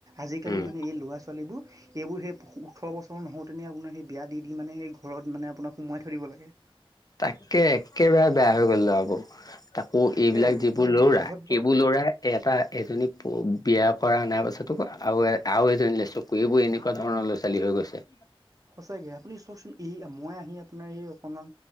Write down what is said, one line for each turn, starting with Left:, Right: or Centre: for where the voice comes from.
Right: আজিকালি
Left: উম
Right: মানে এই ল'ৰা ছোৱালীবোৰ এইবোৰ সেই ওঁঠৰ বছৰ নহওঁতেনে আপোনাৰ সেই বিয়া দি দি মানে সেই ঘৰত মানে আপোনাক সোমাই থৈ দিব লাগে।
Left: তাকে একে বাৰে বেয়া হৈ গ'ল দে আকৌ। তাকৌ
Right: তাকে
Left: এইবিলাক যিবোৰ
Right: আপোনাৰ এইবোৰ
Left: ল'ৰা,
Right: অভদ্ৰ
Left: সেইবোৰ লৰা এটা এজনী বিয়া কৰা আনাৰ পাছত তোক আৰু এ আৰু এজনী লে চকু এইবোৰ এনেকুৱা ধৰণৰ লৰা ছোৱালী হৈ গৈছে।
Right: সঁচাকে আপুনি চওকচোন এই মই আহি আপোনাৰ এই অকণমান